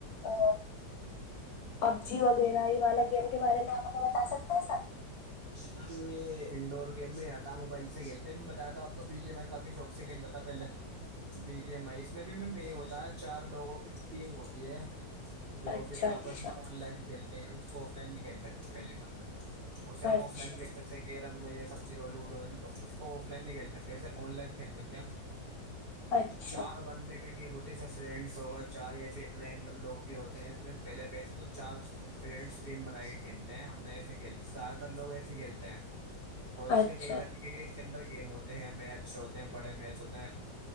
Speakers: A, on the left; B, on the right.
A: ا پب جی وغیرہ یہ والا گیم کے بارے میں آپ ہمیں بتا سکتے ہیں سر
B: جی میم یہ انڈور گیم میں آتا ہ موبائل سے کھیلتے میں بتایا تو آپ کو بی جیم کافی شوق تھا پہلے بی جی ایم آئی اس میں بھی میں یہ ہوتا ہے چار لوگوں کی ٹیم ہوتی ہے جو
A: اچھا
B: پھر
A: اچھا
B: آپس میں آن لائن کھیلتے ہیں اس کو آف لائن نہیں کھیل سکتے پہلی بار ا سم
A: اچھا
B: آف لن گ کیرم میں یہ سب چیز لوڈو اس کو آف لائن نہیں کھیل سکتے ایے آن لائن کھیل سکتے ہم
A: اچھا
B: چار بندے ہوتی فرینڈس ہوگا چار یا پھر رینڈم لوگ بھی ہوتے ہیں اس میں پہلے ویسے تو چار فرینڈس ٹیم بنا کے کھیلتے ہیں ہم نے ایسے کھیل زدہ تر لوگ ایس ہی کھیلتے ہیں اور اس
A: اچھا
B: کے کئی طریقے کے اس کے اندر گیم ہوتے ہیں میچ ہوتے ہیں بڑے میچ ہوتے ہیں